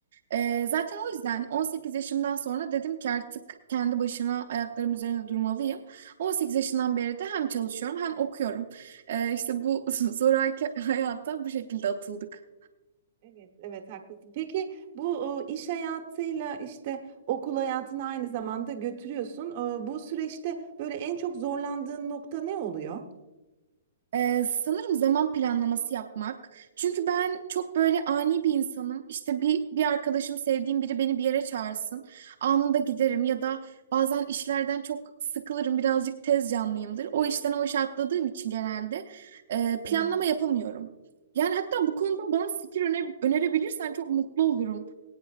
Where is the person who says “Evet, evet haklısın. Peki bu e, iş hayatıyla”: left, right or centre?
Right